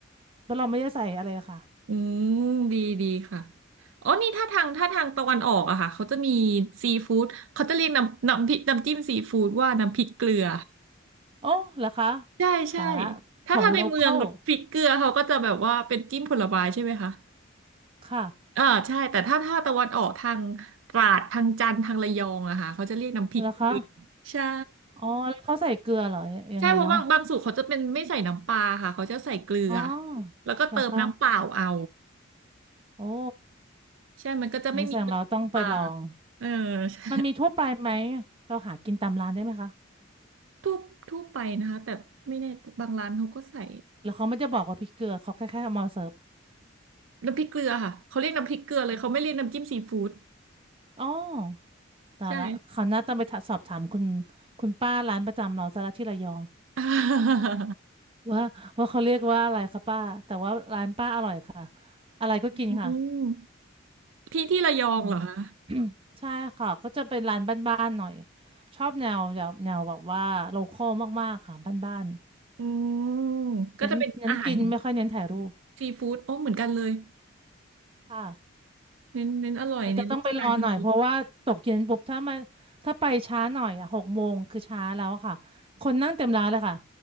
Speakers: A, on the right; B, on the right.
A: เพราะเราไม่ได้ใส่อะไรเลยค่ะ
B: อืมดีดีค่ะอ๋อนี่ถ้าทางถ้าทางตะวันออกอะค่ะเขาจะมีซีฟู้ดเขาจะเรียกน้ำน้ำพริกน้ำจิ้มซีฟู้ดว่าน้ำพริกเกลือ
A: โอ้เหรอคะ
B: ใช่ใช่
A: ตายละของโลคอล
B: ถ้าถ้าในเมืองพริกเกลือเขาก็จะแบบว่าเป็นจิ้มผลไม้ใช่ไหมคะ
A: ค่ะ
B: เออใช่แต่ถ้าถ้าตะวันออกทางตราดทางจันทร์ทางระยองอะค่ะเขาจะเรียกน้ำพริกเกลือ
A: เหรอคะ
B: ใช่
A: อ๋อแล้วเขาใส่เกลือเหรอยังไงเนาะ
B: ใช่เพราะบางบางสูตรเขาจะเป็นไม่ใส่น้ำปลาค่ะเขาจะใส่เกลือ
A: อ๋อ
B: แล้วก็เติมน้ำเปล่าเอา
A: เหรอคะโอ้
B: ใช่มันก็จะไม่มีกลิ่นปากเออใช่
A: งั้นแสดงเราต้องไปลองมันมีทั่วไปไหมเราหากินตามร้านได้ไหมคะ
B: ทั่วทั่วไปนะคะแต่ไม่แน่บางร้านเขาก็ใส่
A: แล้วเขาไม่จะบอกว่าพริกเกลือเขาแค่แค่เอามาเสิร์ฟ
B: น้ำพริกเกลือค่ะเขาเรียกน้ำพริกเกลือเลย เขาไม่เรียกน้ำจิ้มซีฟู้ด
A: อ๋อแต่ละเขาวหน้าต้องไปถาสอบถามคุณ
B: ใช่
A: คุณป้าร้านประจำเราซะละที่ระยอง
B: <laughs> อา
A: ว่าว่าเขาเรียกว่าอะไรคะป้าแต่ว่าร้านป้าอร่อยค่ะอะไรก็กินค่ะ
B: อืมที่ที่ระยองเหรอคะ
A: อืม <coughs> ใช่ค่ะก็จะเป็นร้านบ้านๆหน่อยชอบแนวแนวแนวแบบว่าโลคอลมากๆค่ะบ้าน
B: อืม
A: ๆนั้นนั้นกินไม่ค่อยเน้นถ่ายรูป
B: ก็จะเป็นอาหารซีฟู้ดโอ้เหมือนกันเลย
A: ค่ะ
B: เน้นเน้นอร่อยเน้นราคาดี
A: ก็จะต้องไปรอหน่อยเพราะว่าตกเย็นปุ๊บถ้ามาถ้าไปช้าหน่อยอ่ะหกโมงคือช้าแล้วอะค่ะคนนั่งเต็มร้านเลยค่ะ